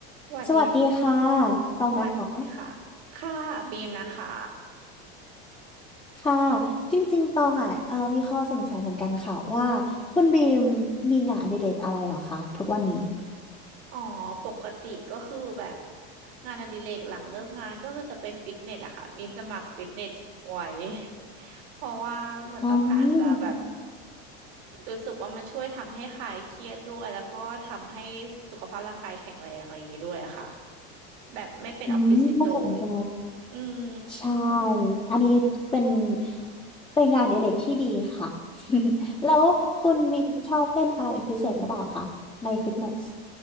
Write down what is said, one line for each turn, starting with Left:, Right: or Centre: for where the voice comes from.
Right: สวัสดีค่ะ
Left: สวัสดีค่ะ ตองนะคะ
Right: สวัสดีค่ะค่ะบีมนะคะ
Left: ค่ะจริงๆ ตองอ่ะเออมีข้อสงสัยเหมือนกันค่ะว่าคุณบีมมีงานอดิเรกอะไรเหรอคะทุกวันนี้
Right: อ๋อปกติก็คือแบบงานอดิเรกหลังเลิกงานก็คือจะไปฟิตเนสอะค่ะมีสมัครฟิตเนสไว้ <laughs> เพราะว่าเหมือนต้องการจะแบบ
Left: อ๋อ
Right: รู้สึกว่ามันช่วยทำให้คลายเครียดด้วยแล้วก็ทำให้สุขภาพร่างกายแข็งแรงอะไรอย่างนี้ด้วยอะค่ะแบบไม่เป็นออฟฟิศซินโดรม
Left: อืมน่าสนใจ
Right: อืม
Left: ใช่ อันนี้เป็นเป็นงานอดิเรกที่ดีค่ะ <laughs> แล้วคุณบีมชอบเล่นอะไรเป็นพิเศษหรือเปล่าคะในฟิตเนส